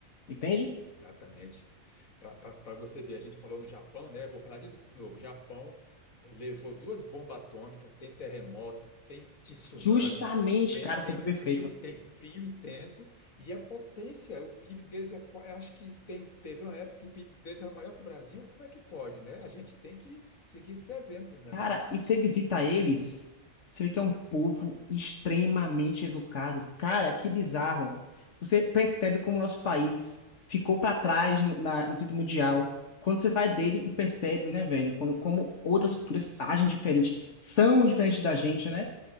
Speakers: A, on the left; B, on the left.
A: entende?
B: Exatamente. Para você ver, a gente falou no Japão, né? Vou falar de novo. Japão eh, levou duas bombas atômicas, tem terremoto, tem tsunami,
A: Justamente,
B: tem,
A: cara,
B: tem
A: você foi
B: frio,
A: perfeito.
B: tem frio intenso e é potência. O PIB deles é, qua- acho que tem, teve uma época que o PIB deles era maior que o Brasil. Como é que pode, né? A gente tem que seguir esse exemplo, não
A: Cara,
B: é não?
A: e você visita eles, você vê que é um povo extremamente educado. Cara, que bizarro. Você percebe como o nosso país
B: Isso.
A: ficou para trás no, na, no quesito mundial. Quando você sai dele e percebe, né, velho, quando, como outras culturas
B: Isso,
A: agem diferente, são diferentes da gente, né?